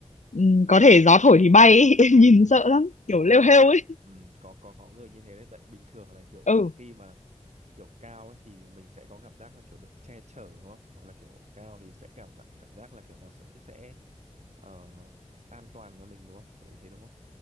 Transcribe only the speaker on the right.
ừ
có
đấy
ừ có có có người như thế đấy tại bình thường là kiểu
khi mà kiểu cao ấy thì mình sẽ có cảm giác là kiểu được che chở đúng không hoặc là kiểu cao thì sẽ cảm giác cảm giác là kiểu nó cũng sẽ ờ, an toàn cho mình đúng không kiểu như thế đúng không